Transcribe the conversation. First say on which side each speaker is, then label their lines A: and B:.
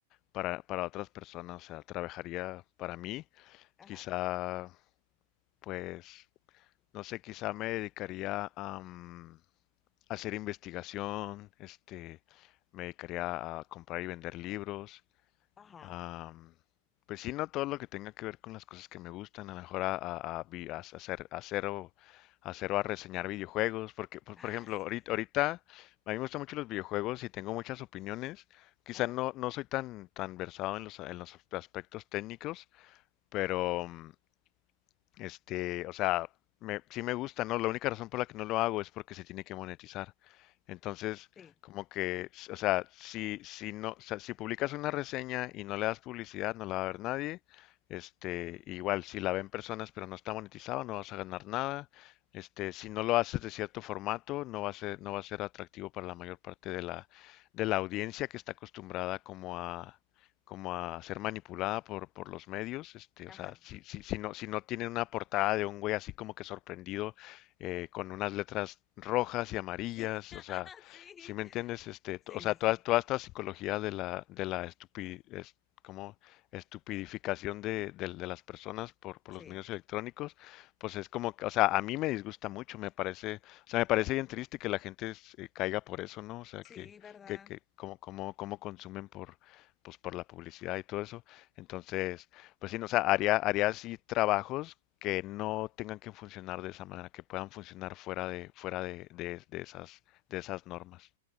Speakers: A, on the left; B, on the left.
A: para, para otras personas, o sea, trabajaría para mí,
B: Ajá,
A: quizá, pues, no sé, quizá me dedicaría a, mm, hacer investigación, este, me dedicaría a comprar y vender libros,
B: ajá,
A: Am, pues sí, no todo lo que tenga que ver con las cosas que me gustan, a lo mejor a, a- a vi- a hacer, a hacer o, a hacer o a reseñar videojuegos, porque, pues,
B: ah,
A: por ejemplo,
B: sí,
A: ahorita, ahorita a mí me gustan mucho los videojuegos y tengo muchas opiniones. Quizá
B: ajá,
A: no, no soy tan, tan versado en los, en los aspectos técnicos, pero, mm, este, o sea, me- sí me gusta, ¿no? La única razón por la que no lo hago es porque se tiene que monetizar. Entonces,
B: sí,
A: como que, s- o sea, si, si no, o sea, si publicas una reseña y no le das publicidad, no la va a ver nadie. Este, igual, si la ven personas pero no está monetizado, no vas a ganar nada. Este, si no lo haces de cierto formato, no va a ser, no va a ser atractivo para la mayor parte de la, de la audiencia que está acostumbrada como a como a ser manipulada por, por los medios, este,
B: ajá,
A: o sea, si, si, si no, si no tienen una portada de un güey así como que sorprendido eh, con unas letras rojas y amarillas,
B: sí, <laughs>
A: o sea,
B: sí,
A: si me entiendes, este,
B: sí,
A: t- o sea,
B: sí,
A: toda,
B: sí,
A: toda esta psicología de la, de la estupi- es- como estupidificación de, del- de las personas por, por
B: sí,
A: los medios electrónicos, pues es como, que- o sea, a mí me disgusta mucho, me parece, o sea, me parece bien triste que la gente eh, caiga por eso, ¿no? O sea,
B: sí,
A: que,
B: ¿verdad?
A: que, que como, como, como consumen por pues por la publicidad y todo eso. Entonces, pues sí, no, o sea, haría, haría así trabajos que no tengan que funcionar de esa manera, que puedan funcionar fuera de, fuera de, de- de esas, de esas normas.